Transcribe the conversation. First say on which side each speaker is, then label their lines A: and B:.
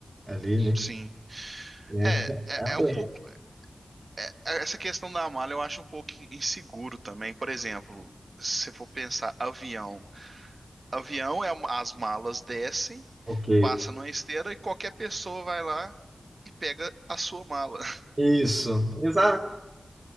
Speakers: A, on the right; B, on the right.
A: Ali, né?
B: Sim.
A: É,
B: É, é,
A: é a
B: é
A: mesma.
B: um pouco é- é, essa questão da mala eu acho um pouco inseguro também. Por exemplo, se for pensar avião, avião é uma- as malas descem,
A: Ok.
B: passa numa esteira e qualquer pessoa vai lá e pega a sua mala. <laughs>
A: Isso. Exato.